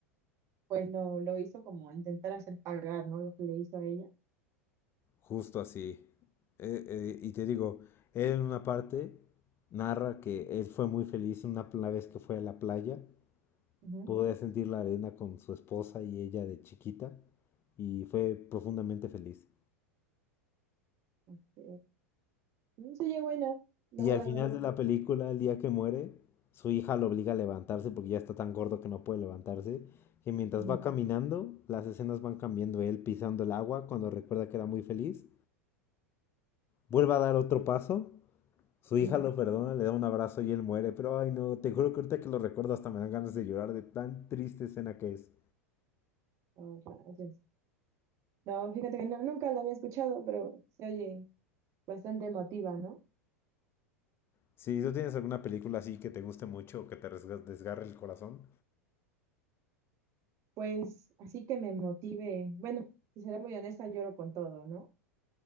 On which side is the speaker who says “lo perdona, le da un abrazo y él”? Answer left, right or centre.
Left